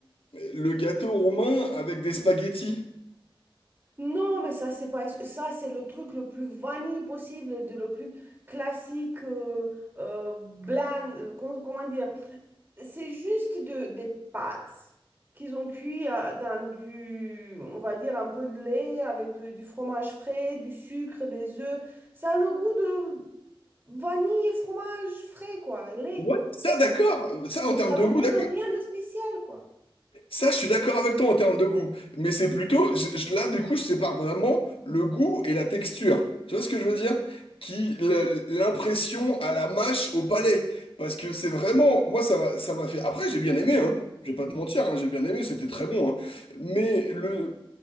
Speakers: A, on the left; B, on the right.
A: le gâteau roumain avec des spaghettis.
B: Non, mais ça, c'est pas ça, c'est le truc le plus vanille possible, de, le plus classique, euh, euh, bland, euh, com- comment dire? C'est juste de, des pâtes qu'ils ont cuit à- dans du, on va dire, un peu de lait avec de- du fromage frais, du sucre, des œufs. Ça a le goût de vanille et fromage frais, quoi, lait.
A: Ouais, ça d'accord. Ça en
B: Mais
A: termes
B: ça a
A: de
B: le
A: goût,
B: goût
A: d'accord.
B: de rien de spécial, quoi.
A: Ça, je suis d'accord avec toi en termes de goût, mais c'est plutôt, je- je- là, du coup, je sépare vraiment le goût et la texture. Tu vois ce que je veux dire? Qui, le- l'impression à la mâche, au palais. Parce que c'est vraiment, moi, ça, m'a- ça m'a fait. Après, j'ai bien aimé, hein. Je vais pas te mentir, hein, j'ai bien aimé, c'était très bon, hein. Mais le,